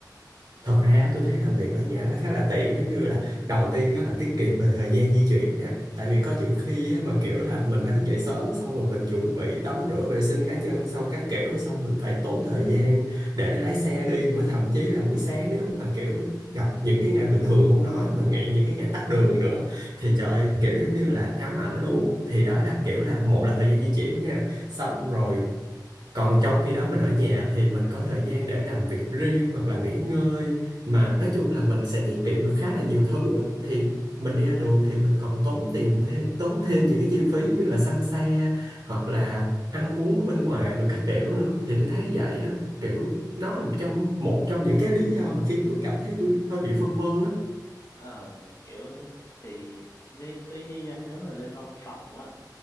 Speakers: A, on the right; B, on the left.
A: thật ra tôi thấy làm việc ở nhà nó khá là tiện giống như là đầu tiên á là tiết kiệm về thời gian di chuyển nè tại vì có những khi á mà kiểu là mình phải thức dậy sớm xong rồi mình chuẩn bị tắm rửa vệ sinh cá nhân xong các kiểu xong mình phải tốn thời gian để lái xe đi mới thậm chí là buổi sáng nếu mà kiểu gặp những cái ngày bình thường không nói mà ngày những cái ngày tắc đường nữa thì trời ơi, kiểu giống như là ám ảnh luôn thì đó là kiểu là một là thời gian di chuyển nha xong rồi còn trong khi đó mình ở nhà thì mình có thời gian để làm việc riêng hoặc là nghỉ ngơi mà nói chung là mình sẽ tiết kiệm được khá là nhiều thứ á. thì mình đi ra đường thì mình còn tốn tiền thế, tốn thêm những cái chi phí giống như là xăng xe hoặc là ăn uống ở bên ngoài rồi các kiểu nữa thì tôi thấy vậy á kiểu nó là một trong một trong những cái lý do mà khiến tôi cảm thấy tôi hơi bị phân vân á
B: ờ, kiểu thì ni- tuy nhiên nha nếu mà lên văn phòng á